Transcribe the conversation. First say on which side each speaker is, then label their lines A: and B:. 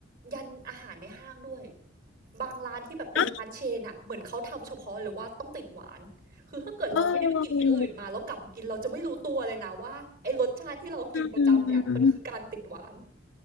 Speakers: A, on the right; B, on the left.
A: ยันอาหารในห้างด้วยบางร้านที่แบบเป็นร้านเชนอะเหมือนเขาทำเฉพาะเลยว่าต้องติดหวานคือถ้าเกิดเราไม่ได้ไปกินที่อื่นมาแล้วกลับมากินเราจะไม่รู้ตัวเลยนะว่าไอ้รสชาติที่เรากินประจำเนี่ยมันคือการติดหวาน
B: เนาะเอออืม